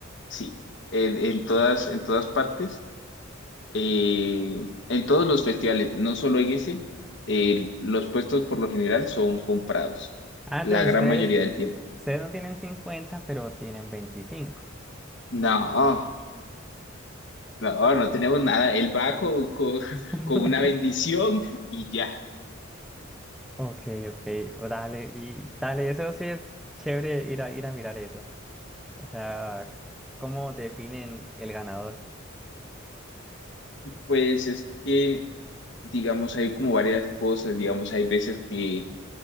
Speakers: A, on the left; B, in the centre.
A: sí. En, en todas, en todas partes, eh, en todos los festivales, no solo en ese, el- los puestos por lo general son comprados,
B: Ah,
A: la
B: entonces
A: gran
B: ustedes,
A: mayoría del tiempo.
B: ustedes no tienen 50 pero tienen veinticinco
A: No, no, no tenemos nada. Él va con, con, <laughs>
B: <laughs>
A: con una bendición y ya.
B: Ok, ok, dale. Y dale, eso sí es chévere ir a, ir a mirar eso. O sea, ¿cómo definen el ganador?
A: Pues es que, digamos, hay como varias cosas, digamos, hay veces que,